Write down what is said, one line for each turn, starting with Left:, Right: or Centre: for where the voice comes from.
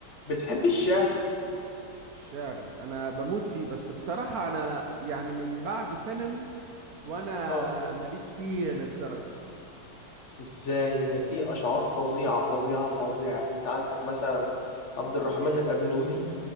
Left: بتحب الشعر
Right: الشعر انا بموت فيه بس بصراحة انا يعني من بعد ثانوي وانا
Left: اه
Right: ماليش فيه للدرجة
Left: ازاي ده في اشعار فظيعه فظيعه فظيعه يعني انت عندك مثلا عبد الرحمن الابنودي